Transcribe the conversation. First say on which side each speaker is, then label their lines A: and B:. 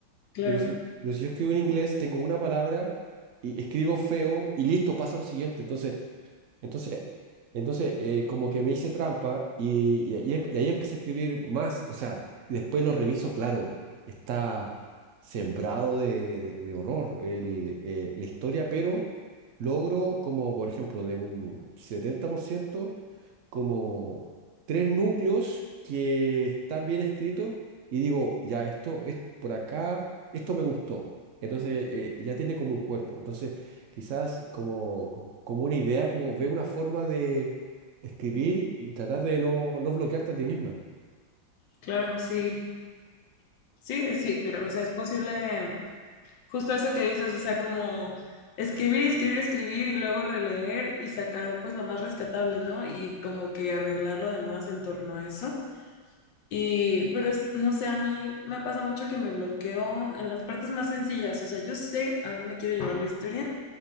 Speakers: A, on the left; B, on the right.
A: claro,
B: Pero si, pero si yo escribo en inglés, tengo una palabra y escribo feo y listo, pasa lo siguiente. Entonces, entonces, entonces eh, como que me hice trampa y, y, ahí em- y ahí empecé a escribir más, o sea, y después lo reviso, claro, está sembrado de, de- de horror el, eh, la historia, pero logro como, por ejemplo, de un 70% como tres núcleos que están bien escritos y digo, ya esto es por acá, esto me gustó. Entonces eh, ya tiene como un cuerpo. Entonces quizás como, co- como una idea, como ve una forma de escribir y tratar de no, no bloquearte a ti misma.
A: claro, sí. Sí, sí, claro, o sea, es posible Justo eso que dices, o sea, como escribir y escribir, escribir y luego releer y sacar pues lo más rescatable, ¿no? Y como que arreglar lo demás en torno a eso. Y, pero es- no sé, a mí me pasa mucho que me bloqueo en las partes más sencillas, o sea, yo sé a dónde quiero llevar la historia,